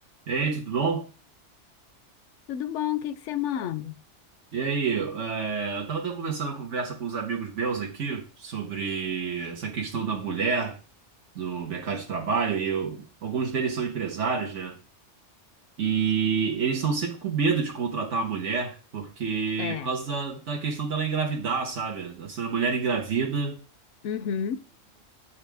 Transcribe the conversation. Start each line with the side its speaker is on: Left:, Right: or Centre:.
Right: E aí, tudo bom?
Left: Tudo bom? O que que você manda?
Right: E aí, é, eu tava até conversando uma conversa com os amigos meus aqui sobre essa questão da mulher no mercado de trabalho, e eu- alguns deles são empresários, né? E eles estão sempre com medo de contratar a mulher, porque
Left: É.
Right: por causa da, da questão dela engravidar, sabe? Se a mulher engravida,
Left: Uhum,